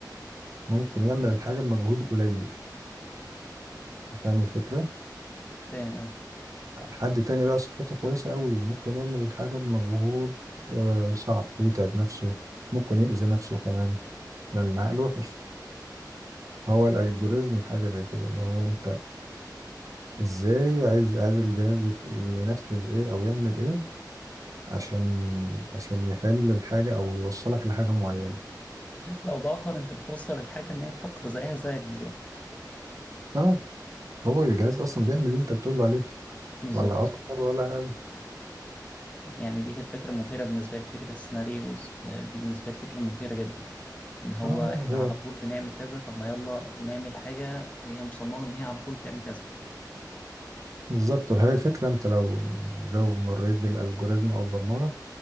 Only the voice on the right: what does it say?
ممكن يعمل الحاجه بمجهود قليل فاهم الفكره
حد تاني بقى صحته كويسة أوي ممكن يعمل الحاجة بمجهود آه، صعب ويتعب نفسه ممكن يأذي نفسه كمان لأن العقل وحش هو الألجوريزم حاجة زي كده اللي هو أنت إزاي عايز عايز الجهاز يف- ينفذ إيه أو يعمل إيه عشان عشان يحل الحاجة أو يوصلك لحاجة معينة
أه هو الجهاز أصلا بيعمل اللي أنت بتقول عليه
ولا أكتر ولا أقل
أه
هي
بالظبط وهي الفكرة أنت لو لو مريت بالألجوريزم أو البرمجة